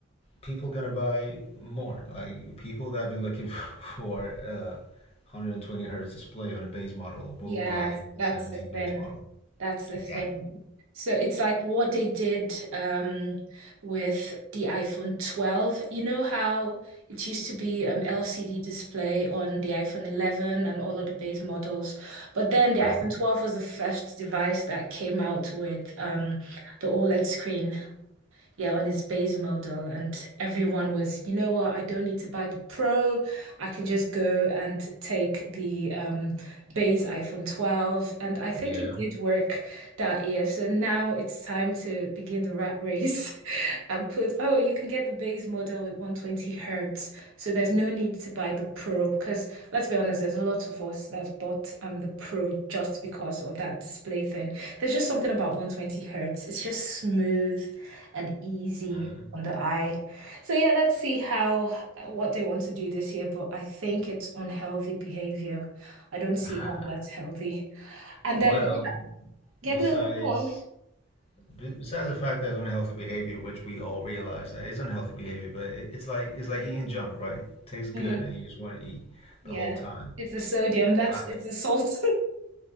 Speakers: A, on the left; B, on the right.
A: people gonna buy more. Like people that have been looking <laughs> for a 120 hertz display on a base model will
B: Yes,
A: buy the
B: that's
A: 17
B: the thing.
A: base model.
B: That's the
A: Exactly.
B: thing. So it's like what they did um, with the iPhone 12. You know how it used to be um, LCD display on the iPhone 11 and all of the base models, but then the
A: uh
B: iPhone 12 was the first device that came out with um, the OLED screen yeah, on his base model, and everyone was, you know what, I don't need to buy the Pro. I can just go and take the um base iPhone 12. And I think
A: Yeah.
B: it did work that year. So now it's time to begin the rat race <laughs> and put, oh, you can get the base model with 120 hertz so there's no need to buy the Pro because let's be honest, there's a lot of us that bought um the Pro just because of that display thing. There's just something about 120 hertz. It's just smooth and easy
A: Mm.
B: on the eye. So yeah, let's see how uh, what they want to do this year, but I think it's unhealthy behavior. I don't see
A: <laughs>
B: how that's healthy. And
A: Well,
B: then yeah,
A: besides.
B: go on, go on.
A: besides the fact that it's unhealthy behavior, which we all realize that it's unhealthy behavior, but it, it's like it's like eating junk, right? Tastes good,
B: hmm
A: and you just want to eat
B: Yeah.
A: the whole time.
B: It's the sodium, that's
A: I,
B: it's the salt.